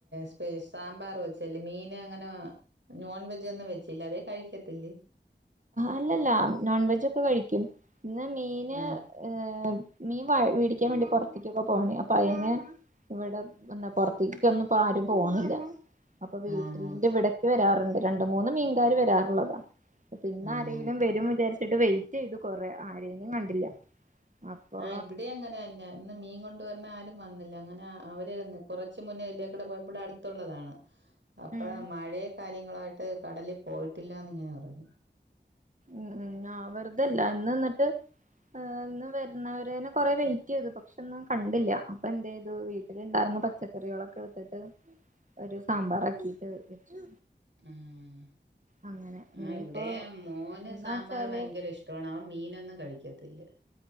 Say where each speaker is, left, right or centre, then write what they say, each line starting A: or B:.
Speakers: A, on the right; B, on the right.
A: <unintelligible> സാമ്പാർ വെച് മീന് അങ്ങനെ നോൺ വെജോന്നും വെച്ചില്ല, അല്ലെ കഴിക്കത്തില്ലേ?
B: അല്ലല്ലാ, നോൺവെജോക്കെ കഴിക്കും. ഇന്ന് മീന്ഏഹ്
A: ആഹ്
B: മീൻ വ മേടിക്കാൻ വേണ്ടി പൊ ക്കൊക്കെ പോണേ, അപ്പൊ അയിന് ഇവിടെ ഇന്ന് പൊറത്തെക്കെക്കൊന്നും ആരും പോണില്ല. അപ്പൊ വീട്ടിന്റെ
A: ആഹ്
B: ഇവടക്ക് വരാർ രണ്ട് മൂന്ന് മീൻകാര് വെരാറുള്ളതാ. പിന്നെ
A: ആഹ്
B: ആരെങ്കിലും വരും വിചാരിച്ച്. എന്നിട്ട് വെയിറ്റ് ചെയ്തു കൊറെ ആരിലും കണ്ടില്ല അപ്പൊ
A: ആാ ഇവടെ അങ്ങനെ തന്നെയന്നാ ഇന്ന് മീൻ കൊണ്ടുവരണയാരും- വന്നില്ല അങ്ങനെ അവര് കൊറച്ച് മുന്നേല്ലേക്കെടെ ഇവടെ അടുത്തുള്ളതാണ് അപ്പം
B: ഉം
A: മഴക്ക്യാ കാര്യങ്ങളായിട്ട് കടലിൽ പോയിട്ടില്ലായെന്ന് ഇങ്ങനെ പറഞ്ഞ്
B: ഉം ഉം ആ വെറുതെല്ല്യാ ഇന്ന് എന്നിട്ട് എന്നും വെരന്നാവരനെ കൊറെ വെയിറ്റ് ചെയ്തു പശെ ഒന്നും കണ്ടില്ല അപ്പം എന്ത് ചെയ്തു വീട്ടില്ണ്ടാർന്ന പച്ചക്കറികളൊക്കെ എടുത്തിട്ട് ഒരു സാമ്പാറാക്കിട്ട് വെച്ചു
A: ഉം
B: അങ്ങനെ
A: ആാ
B: ഇനിയിപ്പോ
A: ഇവടെയും മോന്
B: എന്നാച്ചാല്
A: സ് സാമ്പാറ് ഭയങ്കര ഇഷ്ടമാണ് അവൻ മീനൊന്നും കഴി യിക്കത്തില്ല <inaudible>